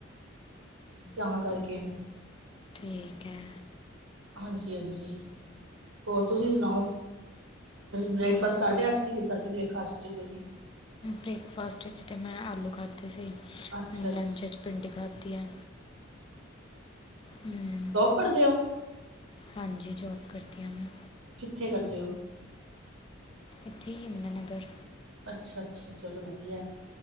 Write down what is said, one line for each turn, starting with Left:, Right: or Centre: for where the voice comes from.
Right: ਤਾਂ ਕਰਕੇ।
Left: ਠੀਕ ਹੈ।
Right: ਹਾਂਜੀ ਹਾਂਜੀ, ਹੋਰ ਤੁਸੀਂ ਸੁਣਾਓ ਬ੍ਰੇਕਫਾਸਟ
Left: ਹੋਰ
Right: ਕਰ ਲਿਆ ਅੱਜ ਕੀ ਕੀਤਾ ਸੀ ਬ੍ਰੇਕਫਾਸਟ ' ਤੁਸੀਂ।
Left: ਬ੍ਰੇਕਫਾਸਟ ਵਿਚ ਤਾਂ ਮੈ ਆਲੂ ਖਾਧੇ ਸੀ।
Right: ਅੱਛਾ ਅੱਛਾ
Left: ਲੰਚ ਵਿੱਚ ਭਿੰਡੀ ਖਾਧੀ ਹੈ। ਹੂੰ
Right: ਪੜਦਾ ਹੋ।
Left: ਹਾਂਜੀ ਜੋਬ ਕਰਦੀ ਆ ਮੈਂ,
Right: ਕਿੱਥੇ ਕਰਦੇ ਹੋ।
Left: ਇਥੇ ਹੀ ਯਮੁਨਾਨਗਰ
Right: ਅੱਛਾ ਅੱਛਾ, ਚਲੋ ਵਧੀਆ।